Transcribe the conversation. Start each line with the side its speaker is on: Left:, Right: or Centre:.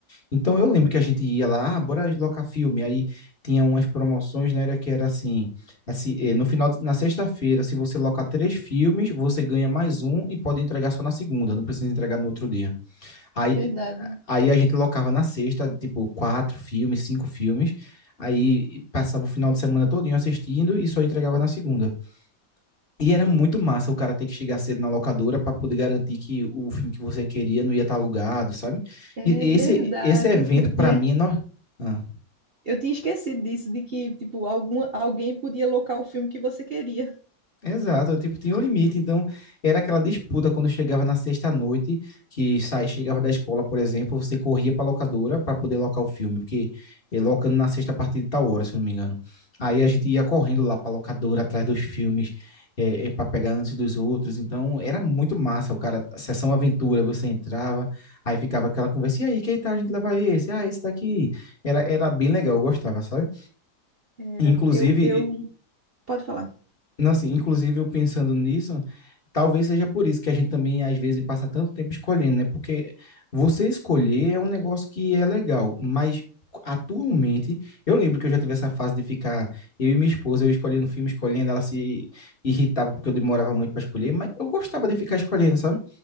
Left: Então eu lembro que a gente ia lá, ah, bora locar filme. Aí tinha umas promoções, né? Era que era assim, assim, eh, no final, de- na sexta-feira, se você locar três filmes, você ganha mais um e pode entregar só na segunda, não precisa entregar no outro dia. Aí,
Right: Verdade.
Left: aí a gente locava na sexta, tipo, quatro filmes, cinco filmes. Aí passava o final de semana todinho assistindo e só entregava na segunda. E era muito massa o cara ter que chegar cedo na locadora para poder garantir que o filme que você queria não ia estar alugado, sabe?
Right: É
Left: E esse,
Right: verdade.
Left: esse evento,
Right: <laughs> Eu
Left: para
Right: tinha,
Left: mim, é. No... Ah.
Right: eu tinha esquecido disso, de que, tipo, alguma, alguém podia locar o filme que você queria.
Left: Exato, eu, tipo, tinha um limite, então era aquela disputa quando chegava na sexta-noite, que sai, chegava da escola, por exemplo, você corria para locadora para poder locar o filme, porque eh, locando na sexta a partir de tal hora, se eu não me engano. Aí a gente ia correndo lá para locadora atrás dos filmes, para pegar antes dos outros, então era muito massa, o cara, a sessão aventura, você entrava, aí ficava aquela conversa, e aí, que tal a gente levar esse? Ah, esse daqui. Era, era bem legal, eu gostava, sabe?
Right: Era,
Left: Inclusive,
Right: eu, eu, pode falar.
Left: não, assim, inclusive, eu pensando nisso, talvez seja por isso que a gente também, às vezes, passa tanto tempo escolhendo, né? Porque você escolher é um negócio que é legal, mas atualmente, eu lembro que eu já tive essa fase de ficar eu e minha esposa, eu escolhendo filme, escolhendo, ela se irritava porque eu demorava muito para escolher, mas eu gostava de ficar escolhendo, sabe?